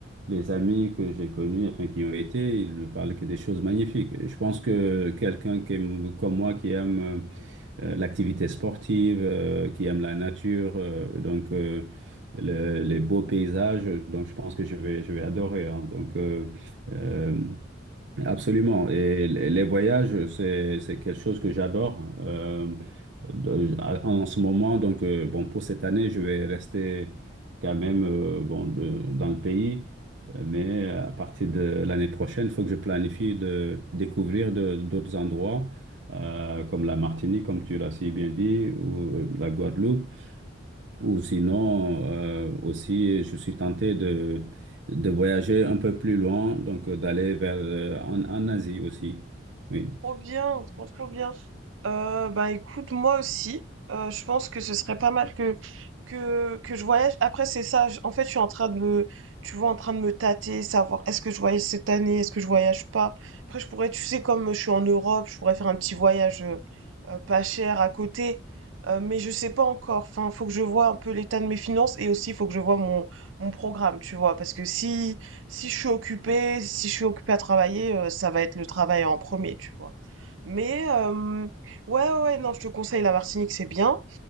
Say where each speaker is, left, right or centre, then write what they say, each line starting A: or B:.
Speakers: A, on the right; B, on the right.
A: les amis que j'ai connus, enfin, qui ont été, ils ne parlent que des choses magnifiques. Je pense que quelqu'un qui aime- comme moi, qui aime euh, l'activité sportive, euh, qui aime la nature, euh, donc euh, le- les beaux paysages, donc je pense que je vais, je vais adorer, hein. donc... euh, euh, Absolument. Et les les voyages, c'est, c'est quelque chose que j'adore. Euh, de- en en ce moment, donc, euh, bon, pour cette année, je vais rester quand même euh, bon, de- dans le pays. Euh, Mais à partir de l'année prochaine, il faut que je planifie de découvrir de- d'autres endroits, euh, comme la Martinique, comme tu l'as si bien dit, ou euh, la Guadeloupe. Ou sinon, euh, aussi, je suis tenté de, de voyager un peu plus loin, donc euh, d'aller vers euh, en, en Asie aussi. Oui.
B: Trop bien, trop trop bien. Euh, bah écoute, moi aussi, euh, je pense que ce serait pas mal que que que je voyage. Après, c'est ça. je- En fait, je suis en train de me, tu vois, en train de me tâter, savoir est-ce que je voyage cette année, est-ce que je voyage pas. Après, je pourrais, tu sais, comme je suis en Europe, je pourrais faire un petit voyage euh, euh, pas cher à côté. Euh, mais je sais pas encore. Enfin, faut que je vois un peu l'état de mes finances et aussi faut que je vois mon mon programme, tu vois, parce que si si je suis occupée, si je suis occupée à travailler, euh, ça va être le travail en premier, tu vois. Mais euh, ouais, ouais, ouais, non, je te conseille la Martinique, c'est bien.